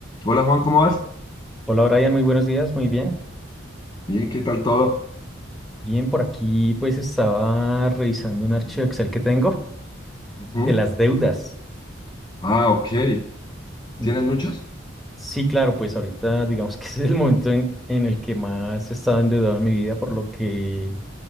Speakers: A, on the left; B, in the centre.
A: Hola Juan, ¿cómo vas?
B: Hola Brian, muy buenos días, muy bien.
A: Bien, ¿qué tal todo?
B: Bien, por aquí pues estaba revisando un archivo
A: Mm,
B: Excel que tengo
A: ujú.
B: de las deudas.
A: Ah, ok.
B: Entonces,
A: ¿Tienes muchos?
B: sí, claro, pues ahorita digamos que <laughs> es el momento en, en el que más he estado endeudado en mi vida, por lo que